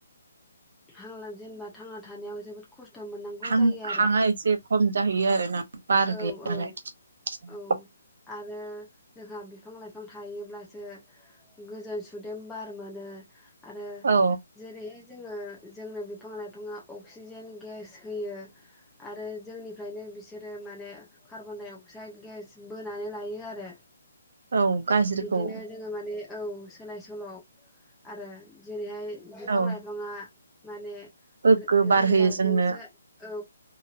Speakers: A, in the centre; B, on the right.
A: हांला जेनेबा थांना थानायाव जोबोद खस्थ' मोननांगौ
B: हां
A: जायो आरो
B: हां आ एसे खम जाहैयो आरो ना? बार
A: औ
B: गैया नालाय
A: औ
B: ।
A: औ आरो जोंहा बिफां लाइफां थायोब्लासो गोजोन सुदेम बार मोनो । आरो
B: औ
A: जेरै जोङो जोंनो बिफां लाइफाङा अक्सिजेन गेस होयो आरो जोंनिफ्रायनो बिसोर आरो माने कार्बनडाइ अक्साइद गेस बोनानै लायो आरो
B: औ गाज्रिखौ
A: बिदिनो जोङो माने औ सोलाय सोल' आरो जेरैहाय बिफां
B: औ
A: लाइफाङा माने
B: गोग्गो बार
A: रोदाजोंसो
B: होयो जोंनो
A: औ